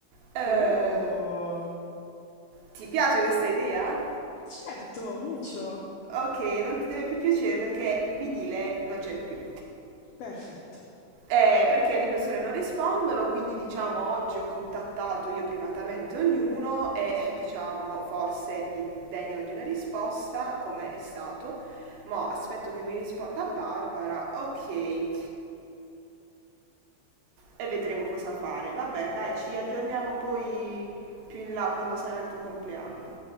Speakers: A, on the right (about 70°); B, on the left (about 85°).
A: Eh,
B: Wow!
A: ti piace questa idea?
B: Certo, mucho!
A: Ok, non ti deve più piacere perché il vinile non c'è più.
B: Perfetto.
A: Eh, perché le persone non rispondono, quindi diciamo oggi ho contattato io privatamente ognuno e diciamo forse mi degnano di una risposta, come è stato. Ma aspetto che mi risponda Barbara, ok, e, e vedremo cosa fare. Vabbè, dai, ci aggiorniamo poi più in là quando sarà il tuo compleanno.